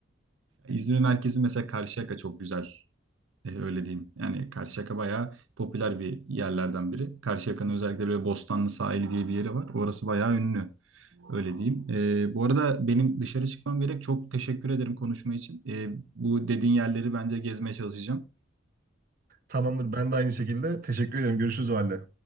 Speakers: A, on the right; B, on the right.
A: İzmir merkezi mesela Karşıyaka çok güzel. E, öyle diyeyim. Yani Karşıyaka bayağı popüler bir yerlerden biri. Karşıyaka'nın özellikle böyle Bostanlı Sahili diye bir yeri var. Orası bayağı ünlü. Öyle diyeyim. E, bu arada benim dışarı çıkmam gerek. Çok teşekkür ederim konuşma için. E, bu dediğin yerleri bence gezmeye çalışacağım.
B: Tamamdır. Ben de aynı şekilde. Teşekkür ederim. Görüşürüz o halde.